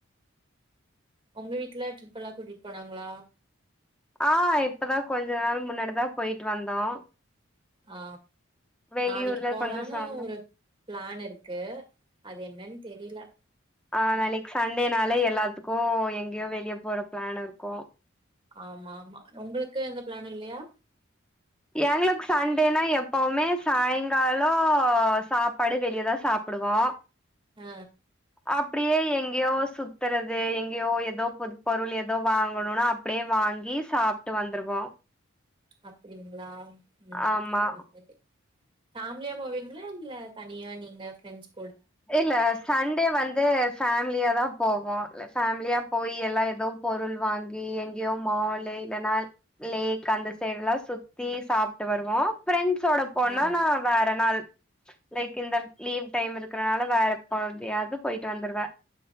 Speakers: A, on the right; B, in the centre.
A: ஒங்க வீட்டுல ட்ரிப் எல்லாம் கூட்டிட்டு போனாங்களா
B: ஆ இப்பதா கொஞ்ச நாள் முன்னாடிதான் போயிட்டு வந்தோம்
A: ஆ
B: வெளியூர்ல
A: நாளைக்கு போலான்னு
B: கொஞ்ச சொந்தோ
A: ஒரு பிளான் இருக்கு அது என்னன்னு தெரியல
B: ஆ நாளைக்கு சண்டேனால எல்லாத்துக்கு எங்கேயோ வெளியே போற பிளான் இருக்கும்
A: ஆமா ஆமா உங்களுக்கு எந்த பிளான் இல்லயா
B: எங்களுக்கு சண்டேனா எப்பவுமே சாய்ங்காலோ சாப்பாடு வெளியதா சாப்டுவோம்
A: ஆ
B: அப்டியே எங்கேயோ சுத்துறது எங்கேயோ ஏதோ பொ பொருள் ஏதோ வாங்கணுன்னா அப்டியே வாங்கி சாப்ட்டு வந்துருவோம்
A: அப்படிங்களா ம்
B: ஆமா
A: சேரி சேரி ஃபேமிலியா போவீங்களா இல்ல தனியா நீங்க ப்ரெண்ட்ஸ்
B: இல்ல சண்டே வந்து ஃபேமிலியாதா போவோம் ஃபேமிலியா போய் எல்லா ஏதோ பொருள் வாங்கி எங்கேயோ மால்லை இல்லனால் லேக் அந்த சைடு எல்லா சுத்தி சாப்ட்டு வருவோம் பிரெண்ட்ஸோட போனா
A: ஆ
B: நான் வேற நாள் லைக் இந்த லீவ் டைம் இருக் <unintelligible> வேற எப்படியாவது போயிட்டு வந்துருவே